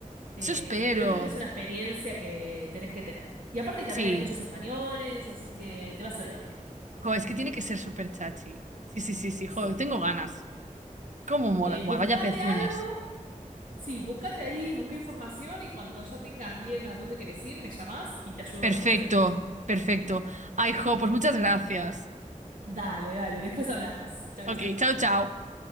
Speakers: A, on the right; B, on the right.
A: Eh,
B: eso espero.
A: pero creo que es una experiencia que tenés que tener. Y aparte también
B: Sí.
A: hay muchos españoles, así que te vas a divertir.
B: Jo, es que tiene que ser súper chachi. Sí, sí, sí, sí, joder,
A: Sí.
B: tengo ganas. ¿Cómo mola?
A: Eh,
B: Buah,
A: buscate
B: vaya pezuñas.
A: algo, sí, buscate ahí, busca información y cuando ya tengas bien a dónde querés ir, me llamás y te ayudo
B: Perfecto,
A: a organizar el viaje.
B: perfecto. Ay, jo, pues muchas gracias.
A: Dale, dale, después hablamos. Chau,
B: Ok,
A: chau.
B: chao, chao.